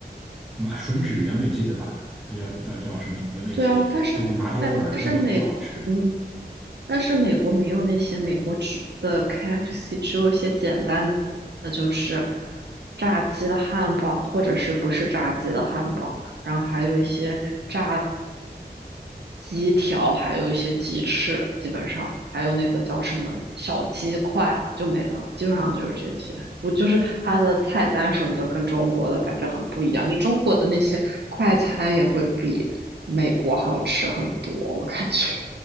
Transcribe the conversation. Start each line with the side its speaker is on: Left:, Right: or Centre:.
Centre: 麻吮指原味鸡，对吧？它叫叫叫什么原味鸡？
Right: 对啊，但是但但是美，
Centre: 它有个麻椒味儿的那个比较好吃。
Right: 嗯，但是美国没有那些美国只的 KFC，只有一些简单的，那就是炸鸡的汉堡，或者是不是炸鸡的汉堡，然后还有一些炸鸡条，还有一些鸡翅，基本上还有那个叫什么小鸡块就没了，基本上就是这些。不就是它的菜单什么的跟中国的反正很不一样，就中国的那些快餐也会比美国好吃很多，我感觉。